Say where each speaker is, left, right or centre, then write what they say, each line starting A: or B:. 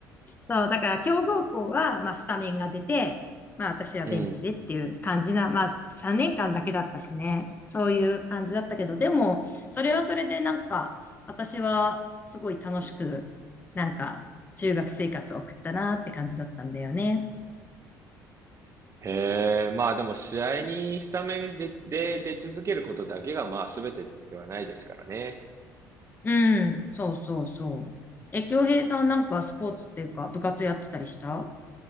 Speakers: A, on the left; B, on the right.
A: そう、だから強豪校は、まあ、スタメンが出て、まあ、私はベンチでっていう感じな、
B: うん。
A: まあ、3年間だけだったしね、そういう感じだったけど、でも、それはそれでなんか、私はすごい楽しく、なんか、中学生活を送ったなって感じだったんだよね。
B: へえ、まあでも試合にスタメンで、で、出続けることだけがまあ全てではないですからね。
A: うん、そうそうそう。え、京平さんなんかスポーツっていうか、部活やってたりした